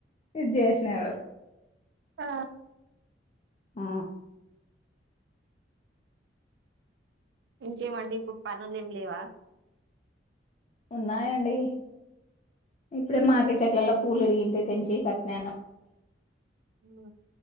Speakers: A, on the left; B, on the right.
A: ఇది చేసినాడు
B: ఆ
A: ఆ
B: ఇంకేమండి ఇప్పుడు పనులు ఏం లేవా
A: ఉన్నాయండి ఇప్పుడే మాకే చెట్లల్లో పూలు ఇరిగింటే తెంచి కట్నాను
B: ఉ